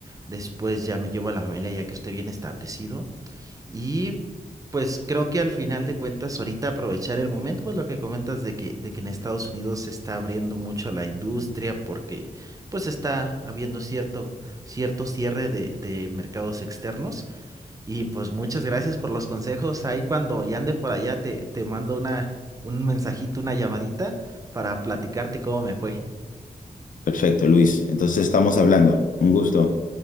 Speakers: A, on the right (about 20°); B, on the left (about 60°).
A: después ya me llevo a la familia ya que estoy bien establecido. Y pues creo que al final de cuentas, ahorita aprovechar el momento, pues lo que comentas de que, de que en Estados Unidos se está abriendo mucho la industria porque pues está habiendo cierto, cierto cierre de, de mercados externos. Y pues muchas gracias por los consejos. Ahí cuando ya ande por allá te, te mando una, un mensajito, una llamadita para platicarte cómo me fue.
B: Perfecto, Luis. Entonces estamos hablando. Un gusto.